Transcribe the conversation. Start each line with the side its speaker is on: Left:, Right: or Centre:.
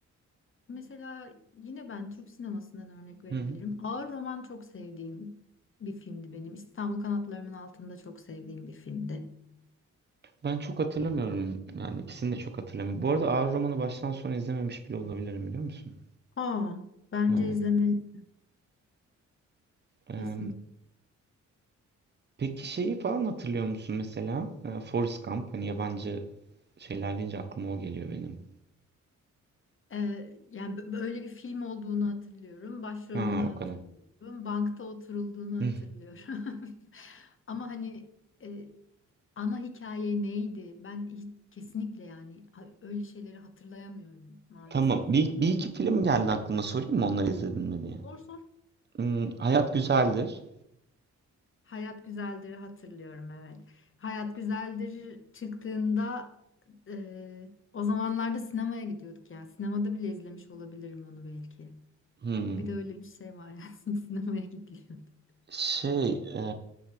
Left: mesela yine ben Türk sinemasından örnek verebilirim.
Right: Hı hı.
Left: Ağır Roman çok sevdiğim bir filmdi benim. İstanbul Kanatlarımın Altında çok sevdiğim bir filmdi.
Right: Ben çok hatırlamıyorum. Yani ikisini de çok hatırlamıyorum. Bu arada Ağır Roman'ı baştan sona izlememiş bile olabilirim biliyor musun?
Left: Aa, bence
Right: Evet.
Left: izlemelisin
Right: Ee,
Left: kesinlikle.
Right: peki şeyi falan hatırlıyor musun mesela? Ee, Forrest Gump. Hani yabancı şeyler deyince aklıma o geliyor benim.
Left: Ee, yani bö- böyle bir film olduğunu hatırlıyorum. Başrolünü
Right: Ha
Left: hatırlıyorum.
Right: o kadar.
Left: Bankta oturulduğunu
Right: Hı
Left: hatırlıyorum.
Right: hı.
Left: <laughs> Ama hani e, ana hikaye neydi? Ben hiç, kesinlikle yani ha- öyle şeyleri hatırlayamıyorum maalesef.
Right: Tamam. Bir, bir iki film geldi aklıma. Sorayım mı onları izledin mi diye.
Left: Sor sor.
Right: Hmm, Hayat Güzeldir.
Left: Hayat Güzeldir'i hatırlıyorum evet. Hayat Güzeldir çıktığında e, o zamanlarda sinemaya gidiyorduk yani. Sinemada bile izlemiş olabilirim onu belki.
Right: Hmm.
Left: Bir de öyle bir şey var yani <laughs> sinemaya gidiliyordu.
Right: Şey, e,